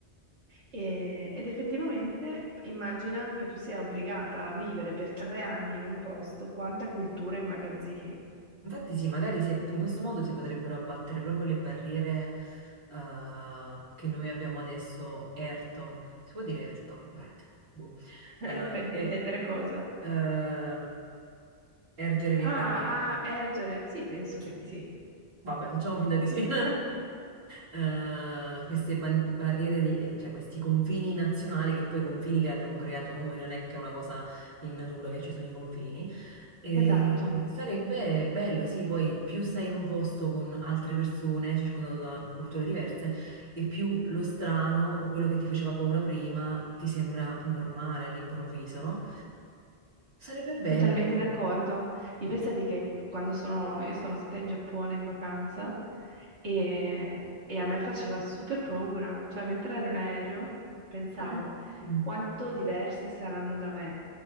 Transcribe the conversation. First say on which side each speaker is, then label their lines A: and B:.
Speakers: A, on the right (about 80°); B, on the right (about 70°).
A: E- ed effettivamente immagina che tu sia obbligata a vivere per tre anni in un posto, quanta cultura immagazzini,
B: Infatti sì, magari si- in questo modo si potrebbero abbattere proprio le barriere eh, che noi abbiamo adesso, erto, si può dire erto? <laughs> Boh.
A: <laughs>
B: Eh,
A: per
B: e
A: intendere cosa?
B: eh, ergere le
A: Ah,
B: barriere.
A: a ergere? Sì, penso che di sì.
B: Vabbè, facciamo finta di sì.
A: <laughs>
B: <laughs> Eh, queste ban- barriere, di- eh, cioè questi confini nazionali, che poi i confini che abbiamo creato noi, non è che è una cosa in natura che ci sono i confini. E
A: Esatto,
B: sarebbe bello, sì, poi più stai in un posto con altre persone, circondato da culture diverse, e più lo strano o quello che ti faceva paura prima ti sembra normale all'improvviso, no? Sarebbe bello.
A: totalmente d'accordo. E pensati che quando sono, io sono stata in Giappone in vacanza e, e a me faceva super paura, cioè mentre ero in aereo pensavo
B: <clears throat>
A: quanto diversi saranno da me.